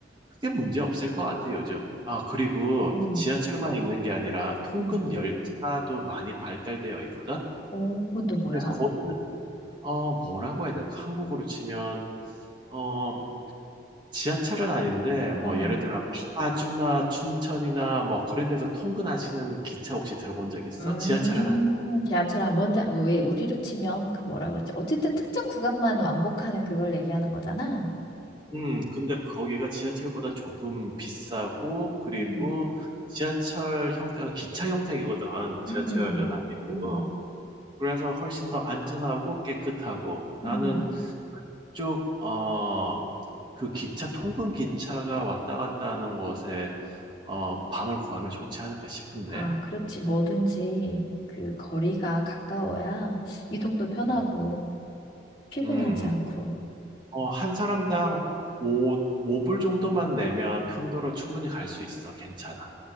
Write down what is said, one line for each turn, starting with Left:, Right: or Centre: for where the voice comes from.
Right: 크게 문제 없을 것 같아 요즘. 아 그리고
Left: 음,
Right: 지하철만 있는 게 아니라 통근
Left: 음.
Right: 열차도 많이 발달되어 있거든.
Left: 오, 그건 또 뭐야?
Right: 그래서 거기는 어 뭐라고 해야 될까? 한국으로 치면 어 지하철은 아닌데 뭐
Left: 어,
Right: 예를 들면 파주나 춘천이나 뭐 그런 데서 통근하시는 기차 혹시 들어본 적 있어?
Left: 음,
Right: 지하철은 아니
Left: 지하철 안 먼저, 뭐 왜, 우리로 치면 그 뭐라 그러지? 어쨌든 특정 구간만 왕복하는 그걸 얘기하는 거잖아.
Right: 음 근데 거기가 지하철보다 조금 비싸고 그리고
Left: 음
Right: 지하철 형태가 기차 형태이거든. 지하철은
Left: 음, 음,
Right: 아니고.
Left: 음.
Right: 그래서 훨씬 더 안전하고 깨끗하고 나는
Left: 음.
Right: 그쪽 어 그 기차 통근 기차가 왔다 갔다 하는 곳에 어 방을 구하면 좋지 않을까 싶은데.
Left: 아, 그렇지. 뭐든지 그 거리가 가까워야 이동도 편하고
Right: 음.
Left: 피곤하지
Right: 음.
Left: 않고.
Right: 어, 한 사람당 5, 오불 정도만 내면 편도로 충분히 갈 수 있어. 괜찮아.